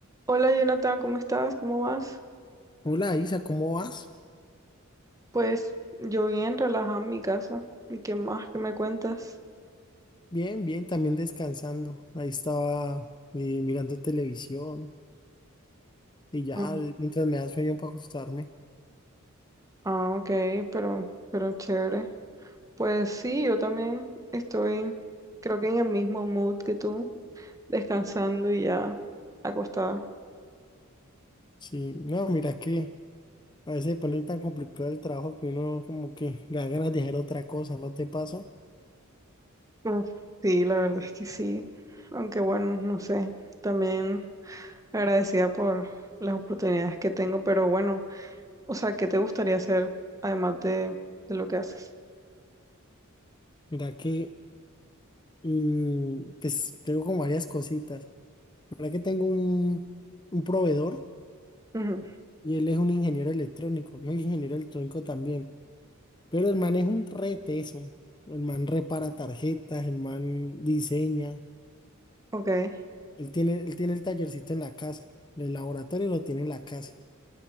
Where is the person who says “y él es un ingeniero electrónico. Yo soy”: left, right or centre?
Left